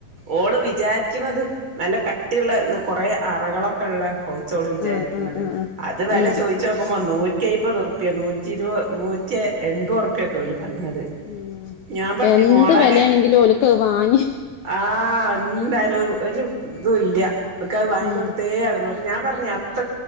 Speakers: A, on the right; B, on the left.
A: ഓള് വിചാരിക്കുന്നത് നല്ല കട്ടിള്ള കുറേ അറകളൊക്കെള്ള പൗച്ചോള് വിചാരിക്കുന്നത്
B: ആഹ് ആഹ് ആഹ് ആഹ്
A: അത് വെല
B: ഉം
A: ചോയിച്ചോക്കുമ്പോ നൂ റ്റി അയ്മ്പത് റുപ്യ നൂറ്റിരുവ് നൂറ്റി എൺപത് റുപ്യ ഒക്കെ ഓല് പറയണത്
B: ഉം
A: ഞാൻ പറഞ്ഞ്
B: എന്ത്
A: മോളെ
B: വെലയാണെങ്കിലും ഓൽക്കത് വാങ്ങി
A: ആഹ് എന്താലും ഒരു ഇതു ഇല്ല്യ ഓൽക്ക് അത് വാങ്ങി
B: ഉം
A: കൊടുത്തേ അടങ്ങു ഞാൻ പറഞ്ഞെ അത്ര